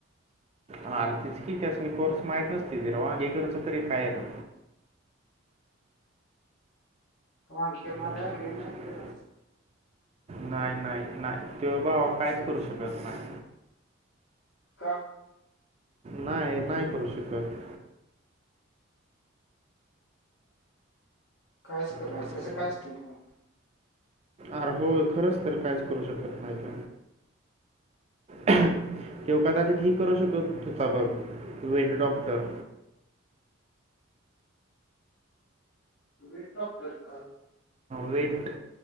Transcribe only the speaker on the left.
हवांगकर लागय
गरी मिकी ब
का?
कायच कला
तसं कायचतील प
वेट डॉक्टर का?